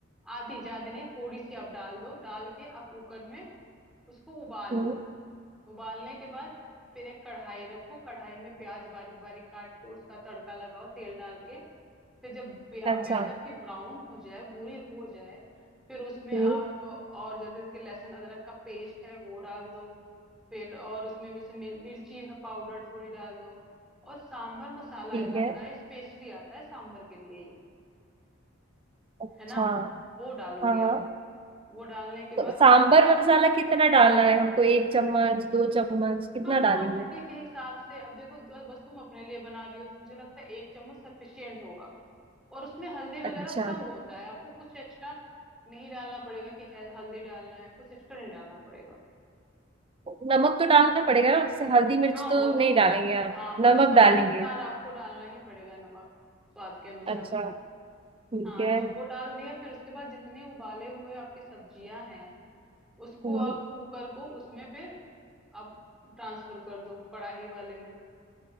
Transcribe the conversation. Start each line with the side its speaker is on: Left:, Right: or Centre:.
Centre: आधी ज्यादा नहीं थोड़ी सी आप डाल दो डाल के आप कुकर में उसको उबाल
Right: हम्म,
Centre: लो उबालने के बाद फिर एक कढ़ाई रखो कढ़ाई में प्याज बारीक बारीक काट के उसका तड़का लगाओ तेल डाल के फिर जब प्या,
Right: अच्छा
Centre: प्याज आपकी ब्राउन हो जाए भूरी हो जाए फिर उसमें
Right: हम्म
Centre: आप और जैसे कि लहसुन अदरक का पेस्ट है वो डाल दो फिर और उसमें जैसे मिर, मिर्ची है पाउडर थोड़ी डाल दो और सांभर मसाला
Right: ठीक
Centre: एक आता
Right: है
Centre: है स्पेशली आता है सांभर के लिए ही
Right: अच्छा
Centre: है ना वो डालोगे
Right: हाँ हाँ
Centre: आप वो डालने के बाद
Right: तो सांबर
Centre: फिर जितने आप
Right: मसाला कितना डालना है हमको एक चम्मच दो चम्मच कितना
Centre: हाँ क्वांटिटी
Right: डालेंगे
Centre: के हिसाब से अब देखो दो- बस तुम अपने लिए बना रही हो तो मुझे लगता है एक चम्मच सफिशियंट होगा और उसमें हल्दी
Right: अच्छा
Centre: वगैरह सब होता है आपको कुछ एक्स्ट्रा नहीं डालना पड़ेगा कि हेल- हल्दी डालना है कुछ एक्स्ट्रा नहीं डालना पड़ेगा
Right: नमक तो डालना पड़ेगा ना जैसे हल्दी मिर्च
Centre: हाँ
Right: तो
Centre: वो तो
Right: नहीं डालेंगे आप
Centre: हाँ वो
Right: नमक
Centre: तो स्वाद
Right: डालेंगे
Centre: अनुसार आपको डालना ही पड़ेगा नमक स्वाद के अनुसार
Right: अच्छा ठीक
Centre: हाँ
Right: है
Centre: तो वो डाल दिया फिर उसके बाद जितने उबाले हुए आपके सब्जियां हैं उसको
Right: हम्म,
Centre: आप कुकर को उसमें फिर आप ट्रांसफर कर दो कढ़ाई वाले में